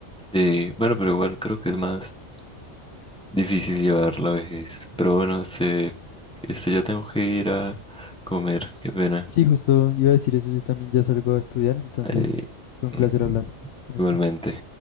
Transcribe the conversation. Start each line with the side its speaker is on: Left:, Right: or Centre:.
Centre: Sí, bueno, pero igual creo que es más difícil llevar la vejez. Pero bueno, este, este ya tengo que ir a comer, qué pena.
Left: Sí, justo iba a decir eso, yo también ya salgo a estudiar, entonces
Centre: Eh,
Left: fue un
Centre: mm,
Left: placer hablar con
Centre: igualmente.
Left: usted.